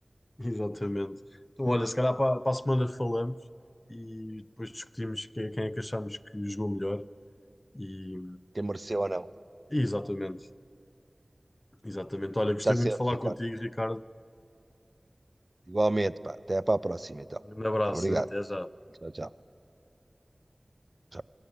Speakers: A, on the left; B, on the right.
A: Exatamente. Então, olha, se calhar para, para a semana falamos e depois discutimos quem, quem é que achamos que jogou melhor. E,
B: Quem mereceu ou não.
A: e exatamente, exatamente. Olha, gostei
B: Está
A: muito
B: certo,
A: de falar
B: Ricardo.
A: contigo, Ricardo.
B: Igualmente, pá. Até para a próxima, então.
A: Um grande abraço,
B: Obrigado.
A: hein? até já.
B: Tchau, tchau. Tchau.